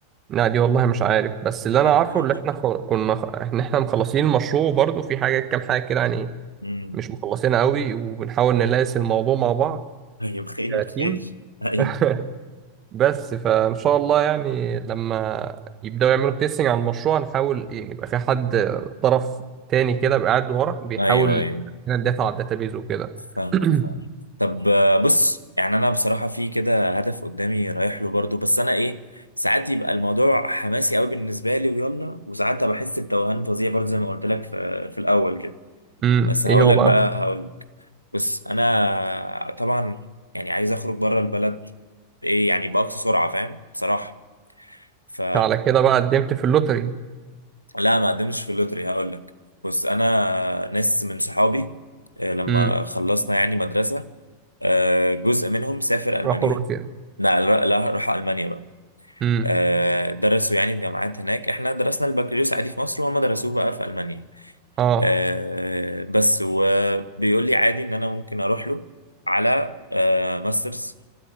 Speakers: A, on the right (about 30°); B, on the left (about 80°).
A: لا دي والله مش عارف بس اللي
B: ما حددهاش
A: انا عارفه اللي احنا خل... كنا خ... ان احنا مخلصين المشروع وبرضه في حاجه كام حاجه كده يعني
B: امم
A: مش مخلصينها قوي وبنحاول نلاقي الموضوع مع بعض
B: طيب خير
A: كتيم
B: خير ايوه
A: <laughs> بس فان شاء الله يعني لما يبداوا يعملوا تيستنج على المشروع نحاول إيه، يبقى في حد طرف تاني كده بقى قاعد ورا بيحاول
B: ايوه ايوه
A: يدافع الداتا على الداتابيز وكده
B: فاهمك
A: <clears throat>
B: فاهمك طب آه، بص يعني انا بصراحه في كده هدف قدامي رايح له برضو بس انا ايه ساعات يبقى الموضوع حماسي قوي بالنسبه لي ويلا وساعات بحس بتوهان فظيع برضو زي ما قلت لك في, في الاول كده
A: امم
B: بس
A: ايه
B: هقول
A: هو
B: لك
A: بقى
B: بقى هقول لك بس انا طبعا يعني عايز اخرج بره البلد بايه يعني باقصى سرعه فاهم بصراحه ف
A: على كده بقى قدمت في اللوتري
B: لا ما قدمتش في اللوتري هقول لك بس انا ناس من صحابي آه، لما
A: امم
B: خلصنا يعني مدرسه آه، جزء منهم سافر المانيا
A: راحوا روسيا
B: لا لا لا، راح المانيا بقى
A: امم
B: آه، درسوا يعني في جامعات هناك احنا درسنا البكالوريوس عادي في مصر وهم درسوه بقى في المانيا
A: اه
B: آه، بس وبيقول لي عادي ان انا ممكن اروح له على آه، ماسترز